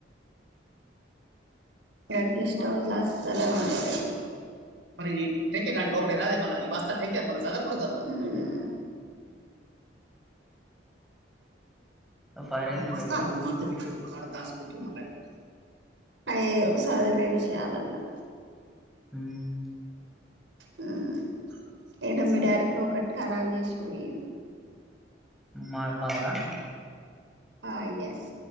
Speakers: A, on the right; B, in the centre.
A: రెడ్డిస్టల్ అసలే ఉండలేరు మరీ టెంకే గాడి రోకడె నా మల్లా బస్ టేక్ కేర్ మన సాగర్ కూడా ఉన్నారు
B: ఫైర్ అయితునే
A: బస్తాలు
B: పోయిద్ది ఆడికి
A: మార్తలు హాస్పిటల్ కు వెళ్ళండి అయ్యాయో చదువు లేదు ఇ విషయాలలో
B: ఉమ్
A: ఉమ్ ఏడ మీ డాడీ కూకటి కారాబూ చేసిండు పోయండు
B: మా ఫాదర్ ఆ
A: ఆ ఎస్